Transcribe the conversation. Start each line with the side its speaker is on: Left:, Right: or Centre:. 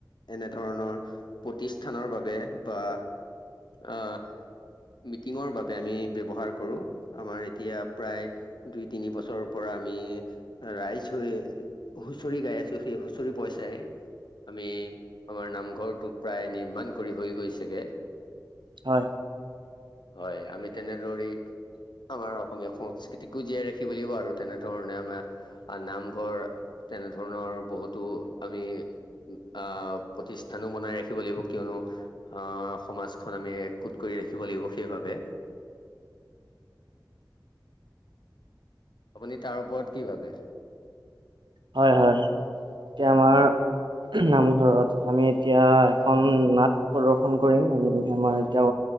Left: এনেধৰণৰ প্ৰতিষ্ঠানৰ বাবে বা। অঁ। মিটিঙৰ বাবে আমি ব্যৱহাৰ কৰো, আমাৰ এতিয়া প্ৰায় দুই তিনি বছৰ। পৰা আমি ৰাইজ হৈ হুঁচৰি গাই আছো সেই হুঁচৰি পইচাই। আমি আমাৰ নামঘৰটো প্ৰায় নিৰ্মাণ কৰি হৈ গৈছে গে।
Right: হয়।
Left: হয়, আমি তেনেদৰেই আমাৰ অসমীয়া সংস্কৃতিকো জীয়াই ৰাখিব লাগিব আৰু তেনেধৰণে আমাৰ অ'- নামঘৰ, তেনেধৰণৰ বহুতো আমি অ' প্ৰতিষ্ঠানো বনাই ৰাখিব লাগিব, কিয়নো অ'- সমাজখন আমি একগোট কৰি ৰাখি কৰিব সেই বাবে। আপুনি তাৰ ওপৰত কি ভাবে?
Right: হয়, হয়। এতিয়া আমাৰ নামঘৰত আমি এতিয়া এখন নাট প্ৰদৰ্শন কৰিম। আমি আমাৰ এতিয়া,